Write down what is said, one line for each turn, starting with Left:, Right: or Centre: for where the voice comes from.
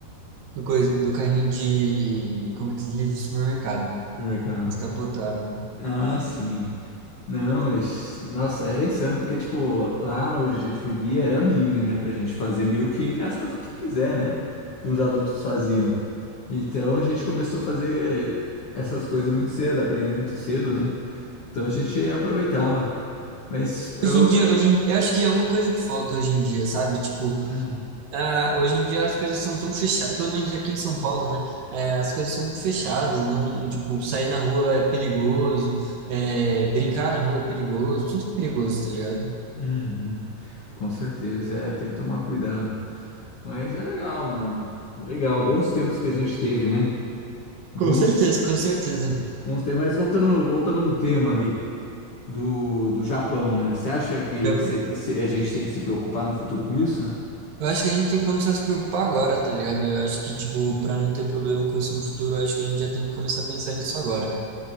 Right: Do, coisa, do carrinho de. Como é que se diz? De supermercado.
Left: mercado.
Right: Eles capotaram.
Left: Ah, sim. Não, es- nossa, era insano, porque, tipo, lá onde a gente vivia era livre, né, pra gente fazer meio que, entre aspas, o que quiser, né, que os adultos faziam. Então a gente começou a fazer essas coisas muito cedo, aprender muito cedo, né? Então a gente aproveitava. Mas eu.
Right: Hoje em dia, hoje em- eu acho que é uma coisa que falta hoje em dia, sabe? Tipo,
Left: Hum,
Right: Ah, hoje em dia as coisas são tão fechadas, pelo menos aqui em São Paulo, né? É, as coisas são muito fechadas, não, tipo, sair na rua é perigoso, é, brincar na rua é perigoso, tudo é perigoso, tá ligado?
Left: hum, hum. Com certeza, é, tem que tomar cuidado. Mas é legal, mano. Legal, bons tempos que a gente teve, né? Bons,
Right: Com certeza, com certeza,
Left: bons tempos. Mas voltando, voltando no tema ali. do, do Japão, né? Você acha que
Right: Japão.
Left: se- se a gente tem que se preocupar no futuro com isso?
Right: Eu acho que a gente tem que começar a se preocupar agora, tá ligado? Eu acho que, tipo, pra não ter problema com isso no futuro, eu acho que a gente já tem que começar a pensar nisso agora.